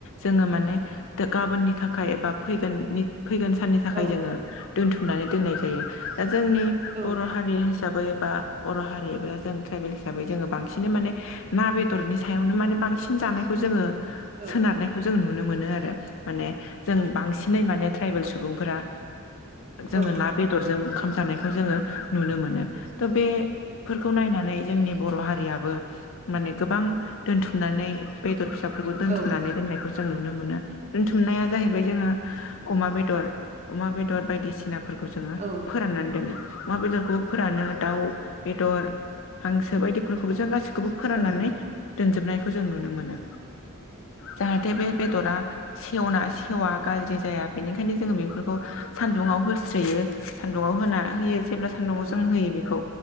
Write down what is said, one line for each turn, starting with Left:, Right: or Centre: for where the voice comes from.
Left: जोङो माने दो गाबोननि थाखाय बा फैगोन नि फैगोन साननि थाखाय
Right: औ
Left: जोङो दोनथुमनानै दोननाय जायो दा जोंनि
Right: औ
Left: बर' हारि हिस साबै बा बर' हारि एबा जों ट्राइबेल हिसाबै जोङो बांसिनै माने ना बेदरनि सायावनो माने बांसिन सिन जानायखौ जोङो
Right: औ
Left: सोनारनायखौ जों नु नुनो मोनो आरो माने जों बांसिनै माने ट्राइबेल सु बुंफोरा जोङो
Right: औ
Left: ना बेदरजों जानायखौ जोङो नुनो मोनो। थ' बे फोरखौ नायनानै जोंनि बर' हारियाबो माने गोबां दोनथुमनानै बेदर फिसा दोनथनानै
Right: औ
Left: दोननायखौ नुनोमोनो दोनथुम जाहैबाय जोङो अमा बेदर अमा बेदर बायदिसिना फोरखौ जोङो
Right: औ
Left: फोराननानै दोनो अमा बेदरखौबो फोरानो दाउ बेदर हांसो बायदिफोरखौबो जों गासिबो खौबो
Right: औ
Left: फोराननानै दोनजोबनायखौ जों नुनो मोनो। जाहाथे बे बेदरा
Right: नंगौ
Left: एवनासै थेवा गाज्रि जाया बेनिखायनो जोङो बेफोर खौ सान्दुंआव हो सोयो सान्दुंङाव होना होयो जेब्ला सान्दुंआव
Right: औ
Left: जों होयो बेखौ